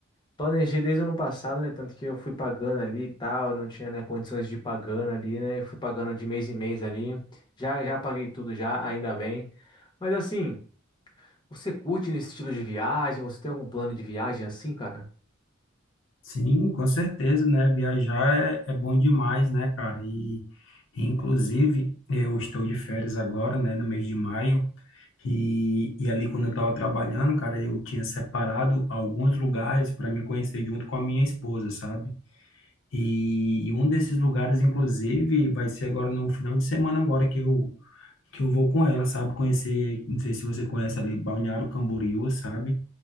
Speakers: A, on the left; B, on the left.
A: planejei desde o ano passado, né, tanto que eu fui pagando ali e tal, eu não tinha, né, condições de ir pagando ali, né, eu fui pagando de mês em mês ali. Já, já paguei tudo já, ainda bem. Mas assim. Você curte nesse estilo de viagem? Você tem algum plano de viagem assim, cara?
B: Sim, com certeza, né? Viajar é, é bom demais, né, cara? E, inclusive, eu estou de férias agora, né, no mês de maio. E, e ali, quando eu estava trabalhando, cara, eu tinha separado alguns lugares para me conhecer junto com a minha esposa, sabe? E, e um desses lugares, inclusive, vai ser agora no final de semana, agora que eu, que eu vou com ela, sabe? Conhecer, não sei se você conhece ali, Balneário Camboriú, sabe?